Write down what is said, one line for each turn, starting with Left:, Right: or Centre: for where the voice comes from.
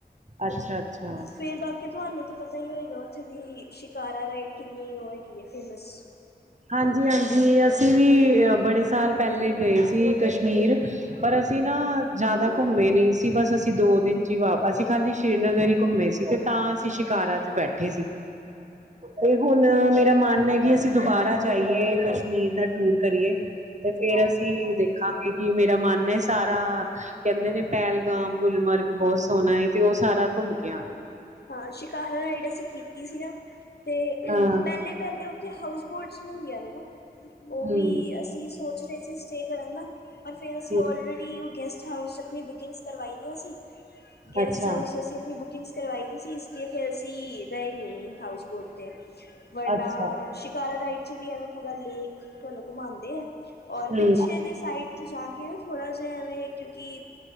Right: ਅੱਛਾ, ਅੱਛਾ
Left: ਫੇਰ ਬਾਕੀ ਤੁਹਾਨੂੰ ਤੇ ਪਤਾ ਹੀ ਹੋਏਗਾ, ਉੱਥੇ ਦੀ ਸ਼ਿਕਾਰਾ ਰਾਈਡ ਕਿੰਨੀ ਓ ਹੈਗੀ ਏ ਫੇਮਸ
Right: ਹਾਂਜੀ-ਹਾਂਜੀ, ਅਸੀਂ ਵੀ ਬੜੇ ਸਾਲ ਪਹਿਲੇ ਗਏ ਸੀ ਕਸ਼ਮੀਰ ਪਰ ਅਸੀਂ ਨਾ ਜੇਆਦਾ ਘੁੰਮੇ ਨੀ ਸੀ। ਬਸ ਅਸੀਂ ਦੋ ਦਿਨ ਚ ਵਾ, ਅਸੀਂ ਖਾਲੀ ਸ੍ਰੀਨਗਰ ਹੀ ਘੁੰਮੇ ਸੀ ਤੇ ਤਾਂ ਅਸੀਂ ਸ਼ਿਕਾਰਾ ਚ ਬੈਠੇ ਸੀ, ਤੇ ਹੁਨ ਮੇਰਾ ਮਨ ਏ ਕਿ ਅਸੀਂ ਦੁਬਾਰਾ ਜਾਈਏ, ਕਸ਼ਮੀਰ ਦਾ ਟੂਰ ਕਰੀਏ ਤੇ ਫੇਰ
Left: ਹਾਂਜੀ
Right: ਅਸੀਂ ਦੇਖ ਖਾ ਕੇ ਕੀ ਮੇਰਾ ਮਨ ਏ, ਸਾਰਾ ਕਹਿੰਦੇ ਨੇ ਪੈਲਗਾਮ-ਗੁਲਮਰਗ ਬਹੁਤ ਸੋਹਨਾ ਏ, ਤੇ ਓ ਸਾਰਾ ਘੁੰਮ ਕੇ ਆਨਾ।
Left: ਹਾਂ, ਸ਼ਿਕਾਰਾ ਰਾਈਡ ਅਸੀਂ ਕੀਤੀ ਸੀ ਨਾ। ਤੇ
Right: ਹਾਂ
Left: ਪੈਲੇ-ਪੈਲੇ ਉੱਥੇ ਹਾਊਸ ਬੋਟਸ ਵੀ ਹੁੰਦੀਆਂ ਨੇ ਨਾ, ਓ
Right: ਹੂੰ
Left: ਵੀ ਅਸੀਂ ਸੋਚ ਰੇਅ ਸੀ, ਸਟੇਅ ਕਰਨ ਦਾ ਪਰ ਫਿਰ ਅਸੀਂ
Right: ਹੂੰ
Left: ਔਲਰੇਡੀ ਗੈਸਟ ਹਾਊਸ 'ਚ ਆਪਨੀ ਬੁਕਿੰਗਸ ਕਰਵਾਈ ਦੀਆ ਸੀਂ। ਗੈਸਟ
Right: ਅੱਛਾ
Left: ਹਾਊਸ ਅਸੀਂ ਆਪਨੀ ਬੁਕਿੰਗਸ ਕਰਵਾਈ ਦੀ ਸੀ, ਇਸ ਲਈ ਫੇਰ ਅਸੀਂ ਰੇਅ ਨਈ ਹਾਊਸ ਬੂਟ ਤੇ ਵਰਨਾ
Right: ਅੱਛਾ
Left: ਸ਼ਿਕਾਰਾ ਰਾਈਡ 'ਚ ਵੀ ਐਵੇਂ ਪੂਰਾ ਲੇਕ ਤੁਹਾਨੂੰ ਘੁੰਮਾਂਦੇ ਏ, ਔਰ
Right: ਹੂੰ
Left: ਪਿੱਛੇ ਜੇ ਸਾਈਡ ਜਾ ਕੇ ਨਾ ਥੋੜ੍ਹਾ ਜੇਆ ਐਵੇਂ, ਕਿਉਂਕਿ